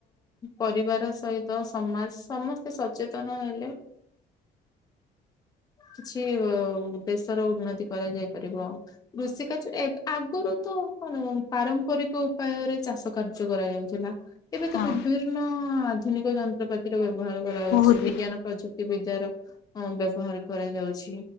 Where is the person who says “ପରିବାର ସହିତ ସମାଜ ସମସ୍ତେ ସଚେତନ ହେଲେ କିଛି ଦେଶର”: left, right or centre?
Left